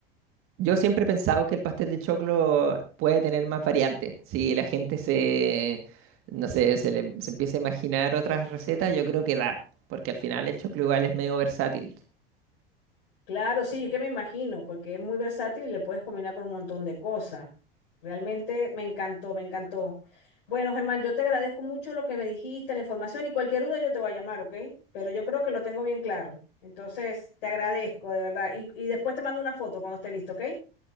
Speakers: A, on the right; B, on the left.
A: Yo siempre he pensado que el pastel de choclo puede tener más variantes. Si la gente se, no sé, se le- se empieza a imaginar otras recetas, yo creo que da. Porque al final el choclo igual es medio versátil.
B: Claro, sí, yo que me imagino, porque es muy versátil y le puedes combinar con un montón de cosas. Realmente me encantó, me encantó. Bueno, Germán, yo te agradezco mucho lo que me dijiste, la información y cualquier duda yo te voy a llamar, ¿ok? Pero yo creo que lo tengo bien claro. Entonces, te agradezco, de verdad. Y, y después te mando una foto cuando esté listo, ¿ok?